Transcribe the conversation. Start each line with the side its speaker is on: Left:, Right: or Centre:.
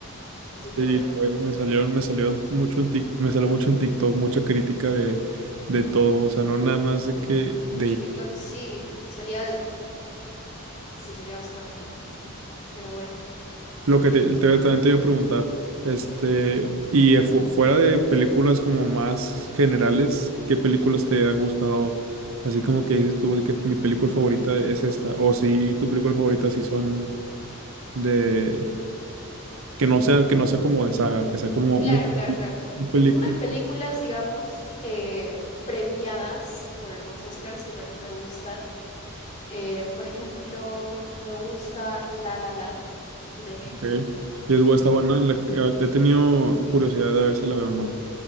Left: Así que
Right: Sí,
Left: bueno,
Right: fue- me salieron, me salieron mucho en Tik- me salió mucho en TikTok, mucha crítica de, de todo, o sea, no nada más de que de
Left: mucho
Right: ella,
Left: en TikTok, sí, que salía de- sí, salía bastante, pero bueno,
Right: Lo que te, te- también te iba a preguntar, este, y eh, fu- fuera de películas como más generales, ¿qué películas te han gustado? Así como que dices tú de que mi película favorita es esta, o si tu película favorita sí son de, que no sea, que no sea como de saga, que sea como
Left: claro,
Right: un,
Left: claro, claro.
Right: un película,
Left: Unas películas, digamos, eh, premiadas por los Oscars que también me gustan. eh, por ejemplo, me gusta La La Land, que también
Right: ok,
Left: vi.
Right: Y es, bu- está buena, la- eh, he tenido curiosidad de ver si la veo o no.